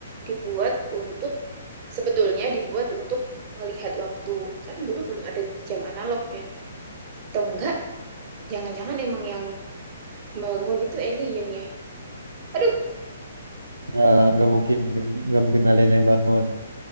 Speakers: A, on the right; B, on the right.
A: dibuat untuk sebetulnya dibuat untuk melihat waktu. Kan dulu belum ada jam analog ya. Atau enggak, jangan-jangan emang yang bangun itu alien ya. Aduh,
B: Nggak, nggak mungkin, nggak, nggak mungkin kalian yang bangun.